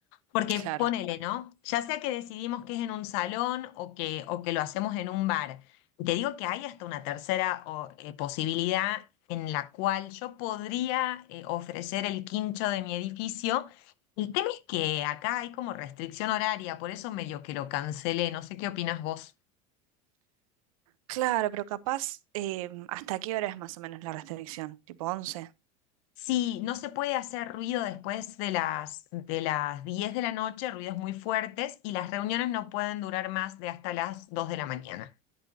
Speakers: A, on the left; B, on the right.
A: Porque
B: claro.
A: ponele, ¿no? Ya sea que decidimos que es en un salón o que, o que lo hacemos en un bar. Te digo que hay hasta una tercera o, eh, posibilidad en la cual yo podría eh, ofrecer el quincho de mi edificio. El tema es que acá hay como restricción horaria, por eso medio que lo cancelé. No sé qué opinas vos.
B: Claro, pero capaz, eh, ¿hasta qué hora es más o menos la restricción? ¿Tipo once.
A: Sí, no se puede hacer ruido después de las, de las 10 de la noche, ruidos muy fuertes, y las reuniones no pueden durar más de hasta las 2 de la mañana.